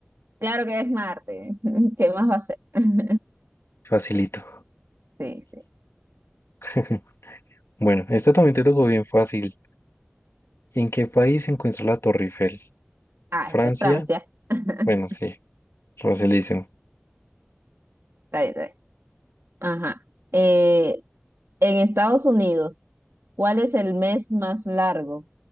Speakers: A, on the right; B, on the left.
A: Claro que es Marte. <laughs> ¿Qué más va a ser? <laughs>
B: Facilito.
A: Sí, sí.
B: <laughs> Bueno, esta también te tocó bien fácil. ¿En qué país se encuentra la Torre Eiffel?
A: Ah,
B: Francia.
A: eso es Francia. <laughs>
B: Bueno, sí, facilísimo.
A: Está bien, está bien. Ajá. Eh, en Estados Unidos, ¿cuál es el mes más largo?